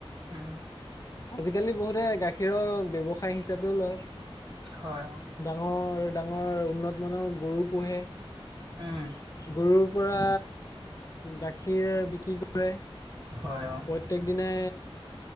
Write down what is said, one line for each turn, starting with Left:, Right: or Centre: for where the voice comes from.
Right: উ
Left: আজিকালি বহুতে গাখীৰৰ ব্য্ৱসায় হিচাপেও লয়
Right: হয়
Left: ডাঙৰ ডাঙৰ উন্নতমানৰ গৰু পোহে
Right: উম,
Left: গৰুৰ পৰা গাখীৰ বিক্ৰী কৰ
Right: হয় অ',
Left: প্ৰত্যেক দিনে